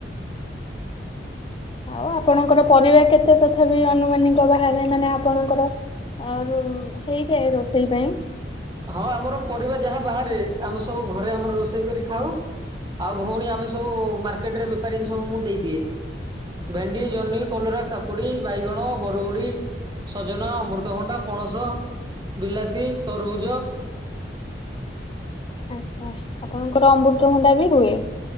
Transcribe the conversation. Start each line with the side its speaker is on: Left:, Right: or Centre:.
Left: ଆଉ ଆପଣଙ୍କର ପରିବା କେତେ ତଥାପି ଅନୁମାନୀଙ୍କ ବାହାରେ ମାନେ ଆପଣଙ୍କର ଆଉ ରୁଁ ହେଇଯାଏ ରୋଷେଇ ପାଇଁ?
Right: ହଁ ଆମର ପରିବା ଯାହା ବାହାରେ
Left: ଆଉ କିଛି
Right: ଆମେ ସବୁ ଘରେ ଆମର ରୋଷେଇ କରି ଖାଉ। ଆଉ ଭୋଉଣୀ ଆମେ ସବୁ ମାର୍କେଟରେ ବେପାରୀକି ସବୁ ମୁଁ ଦେଇଦିଏ। ଭେଣ୍ଡି, ଜହ୍ନି, କଲରା, କାକୁଡି, ବାଇଗଣ, ବରଗୁଡି। ସଜନା, ଅମୃତଭଣ୍ଡା, ପଣସ, ବିଲାତି, ତରଭୁଜ।
Left: ଆଚ୍ଛା ଆପଣଙ୍କର ଅମୃତଭଣ୍ଡା ବି ହୁଏ।